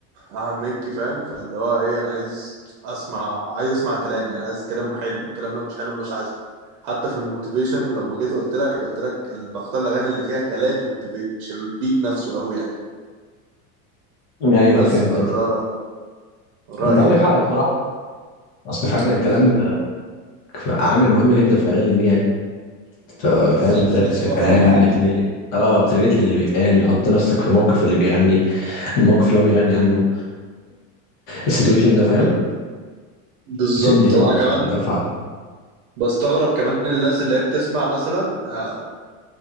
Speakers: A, on the right (about 85°); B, on the left (about 60°).
A: احمد مكي فاهم فاللي هو ايه انا عايز اسمع عايز اسمع كلام يعني عايز كلام حلو الكلام لو مش حلو مش عايزه حتى في الموتيفيشن لما جيت قلت لك قلت لك ال- بختار الاغاني اللي فيها كلام يموتيفيت مش البيت نفسه قوي يعني
B: ايوه
A: بس
B: فهمتك
A: فده
B: فهمت ما
A: رايي
B: انت عندك
A: يعني
B: حق بصراحه اصل فعلا
A: بالظبط
B: الكلام عامل مهم جدا في الاغاني دي يعني
A: بالظبط
B: ف- فاهم بتركز
A: انك تبقى
B: في الكلام
A: فاهمها يعني
B: بتريليت اه بتريليت اللي بيتقال حط نفسك في موقف اللي بيغني الموقف اللي هو بيغني عنه السيتويشن ده فاهم
A: مم. بالظبط
B: بتدي طبعا
A: وانا كمان
B: دفعه
A: بستغرب كمان الناس اللي هي بتسمع مثلا آه،